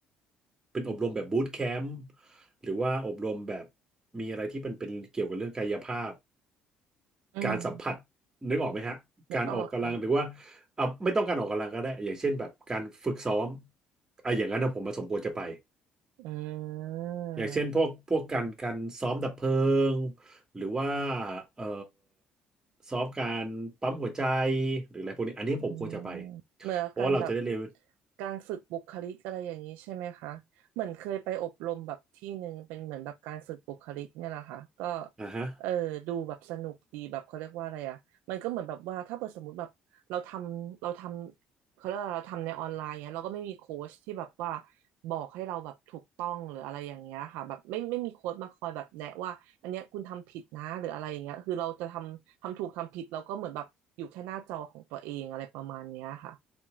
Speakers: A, on the right (about 20°); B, on the right (about 85°).
A: เป็นอบรมแบบบูตแคมป์หรือว่าอบรมแบบมีอะไรที่มันเป็นเกี่ยวกับเรื่องกายภาพ
B: อืม
A: การสัมผัสนึกออกไหมฮะการออกกำลังหรือว่า
B: นึกออกค่ะ
A: อ่าไม่ต้องการออกกำลังก็ได้อย่างเช่นแบบการฝึกซ้อมอ่ะอย่างนั้นนะผมมาสมควรจะไป
B: อืม
A: อย่างเช่นพวกพวกการการซ้อมดับเพลิงหรือว่าเอ่อซ้อมการปั๊มหัวใจหรืออะไรพวกนี้อันนี้ผมควรจะไป
B: อืมเหมือนการแบบ
A: เพราะว่าเราจะได้เรียน
B: การฝึกบุคลิกอะไรอย่างนี้ใช่ไหมคะเหมือนเคยไปอบรมแบบที่หนึ่งเป็นเหมือนแบบการฝึกบุคลิกเนี่ยแหละค่ะก็
A: อ่าฮะ
B: เออดูแบบสนุกดีแบบเขาเรียกว่าอะไรอ่ะมันก็เหมือนแบบว่าถ้าเกิดสมมติแบบเราทำเราทำเขาเรียกว่าเราทำในออนไลน์เนี่ยเราก็ไม่มีโค้ชที่แบบว่าบอกให้เราแบบถูกต้องหรืออะไรอย่างเงี้ยค่ะแบบไม่ไม่มีโค้ชมาคอยแบบแนะว่า อันเนี้ยคุณทำผิดนะหรืออะไรอย่างเงี้ยคือเราจะทำทำถูกทำผิดเราก็เหมือนแบบอยู่แค่หน้าจอของตัวเองอะไรประมาณเนี้ยค่ะ